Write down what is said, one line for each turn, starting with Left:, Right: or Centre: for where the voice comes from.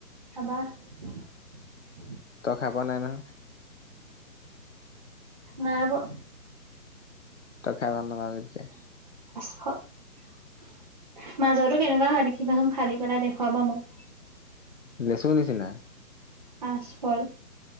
Right: খাবা ।
Left: তই খাই পোৱা নাই নহয়
Right: নাই পোৱা।
Left: তই খাই ভাল নাপাব তেতিয়া
Right: মাজতো কেনেকুৱা হয় দেখিবাচোন ফালি পেলাই দেখুৱাবা মোক
Left: লেচু নিচিনা
Right: আচকল